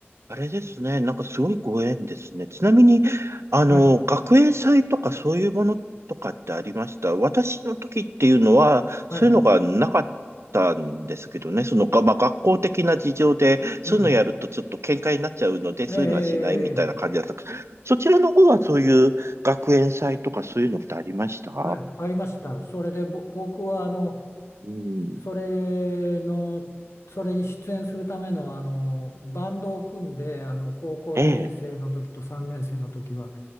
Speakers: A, on the right (about 80°); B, on the left (about 85°).
A: あれですね。なんかすごいご縁ですね。ちなみに、あの、
B: はい、
A: 学園祭とかそういうものとかってありました。私の時っていうのは、そういうのがなかったんですけどね。
B: はい、
A: その、がまあ、学校的な事情で、そういうのやるとちょっと喧嘩になっちゃうので、
B: うん。ええ、
A: そういうのはしないみたいな感じだった。
B: ええええ
A: そちらの方はそういう学園祭とかそういうのってありました
B: はい、ありました。それで、ぼ、僕は、あの、
A: うん。
B: それの、それに出演するための、あの、バンドを組んで、あの、高校2年生の時と3年生の時は、
A: ええ。